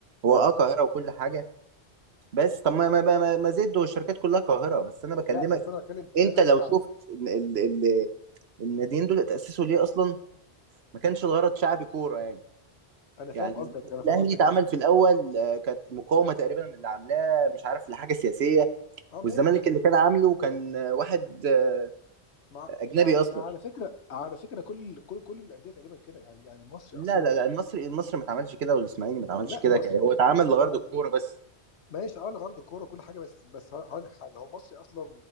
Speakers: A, on the right; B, on the left.
A: هو
B: اه
A: اه قاهره وكل حاجه بس طب ما ما ما, ما ما زد والشركات كلها قاهره بس انا بكلمك
B: لا بس انا بتكلم ده
A: انت
B: نادي
A: لو
B: شعبي
A: شفت ال... ال... ال... الناديين دول تاسسوا ليه اصلا ما كانش الغرض شعبي كوره يعني
B: انا فاهم
A: يعني
B: قصدك انا
A: الاهلي
B: فاهم قصدك
A: اتعمل
B: بس
A: في الاول آه، كانت مقاومه تقريبا اللي عاملاه مش عارف لحاجه سياسيه
B: اه ماشي
A: والزمالك
B: بس
A: اللي كان عامله كان واحد آه،
B: مع
A: اجنبي
B: مع
A: اصلا
B: مع على فكره على فكره كل كل كل الانديه تقريبا كده يعني يعني مصر
A: لا
B: اصلا
A: لا لا المصري المصري ما اتعملش كده والاسماعيلي ما اتعملش
B: لا
A: كده
B: مصر
A: يعني هو اتعمل
B: مصر
A: لغرض
B: اتعمل
A: الكوره بس
B: ماشي اه لغرض الكوره وكل حاجه بس بس هقول لك حاجه هو مصري اصلا